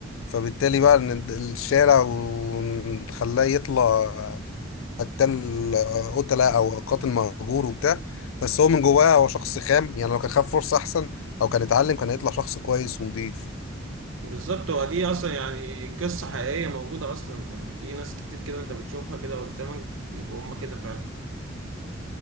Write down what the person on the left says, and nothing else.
فبالتالي بقى ان الشارع وخلاه يطلع قتال آه، قتلة او قاتل مأجور وبتاع بس هو من جواه هو شخص خام يعني لو كان خد فرصة احسن او كان اتعلم كان هيطلع شخص كويس ونضيف